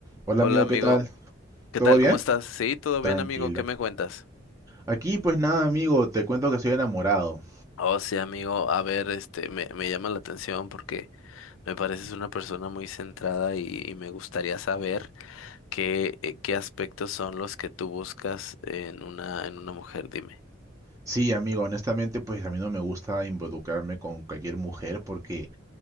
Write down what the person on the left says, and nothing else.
Hola
amigo,
¿qué
tal?
¿Cómo estás? Sí, todo
bien amigo, ¿qué me cuentas?
Oh, sí amigo, a ver, este, me, me llama la atención porque me pareces una persona muy centrada y, y me gustaría saber qué, eh, qué aspectos son los que tú buscas en una, en una mujer, dime.